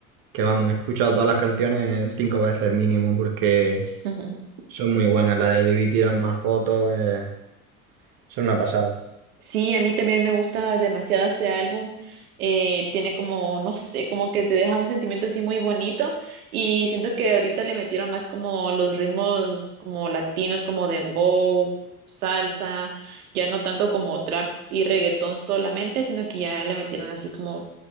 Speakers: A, on the right; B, on the right.
A: que vamos, he escuchado todas las canciones cinco veces mínimo porque
B: <laughs>
A: son muy buenas. La de Debí tirar más fotos, eh, son una pasada.
B: Sí, a mí también me gusta demasiado ese álbum. Eh, tiene como, no sé, como que te deja un sentimiento así muy bonito y siento que ahorita le metieron más como los ritmos como latinos, como dembow, salsa, ya no tanto como trap y reggaetón solamente, sino que ya le metieron así como,